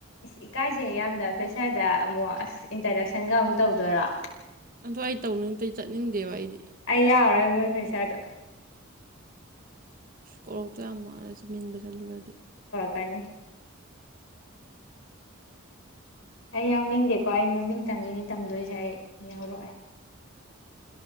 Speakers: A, on the left (about 70°); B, on the right (about 45°).
A: ꯁ ꯏꯀꯥꯏꯁꯦ ꯌꯥꯝꯅ ꯐ꯭ꯔꯦꯁꯔꯗ ꯑꯃꯨꯛ ꯑꯁ ꯏꯟꯇ꯭ꯔꯗꯛꯁꯟꯒ ꯑꯃꯨꯛ ꯇꯧꯗꯣꯏꯔꯣ
B: ꯑꯗ ꯑꯩ ꯇꯧꯅꯤꯡꯇ ꯆꯠꯅꯤꯡꯗꯦꯕ ꯑꯩꯗꯤ
A: ꯑꯩ ꯌꯥꯎꯔꯔꯣꯏ ꯃꯣꯏ ꯐ꯭ꯔꯦꯁꯔꯗ
B: ꯀꯣꯔꯣꯛꯛꯇꯣ ꯌꯥꯝ ꯋꯥꯔꯦꯁꯦ ꯃꯤꯒ ꯆꯠꯂꯨꯔꯗꯤ
A: ꯀꯅꯤ ꯑꯩ ꯌꯥꯎꯅꯤꯡꯗꯦꯀꯣ ꯑꯩ ꯃꯃꯤꯡ ꯇꯪꯉꯤꯅꯤ ꯇꯝꯗꯣꯏꯁꯦ ꯑꯩ ꯌꯥꯎꯔꯛꯑꯦ